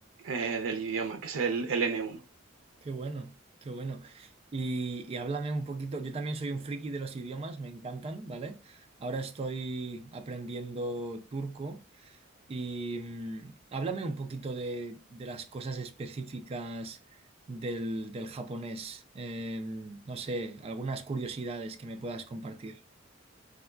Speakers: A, on the right; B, on the right.
A: eh, del idioma, que es el, el N1.
B: Qué bueno, qué bueno. Y, y háblame un poquito, yo también soy un friki de los idiomas, me encantan, ¿vale? Ahora estoy aprendiendo turco y mm, háblame un poquito de, de las cosas específicas del, del japonés. Eh, no sé, algunas curiosidades que me puedas compartir.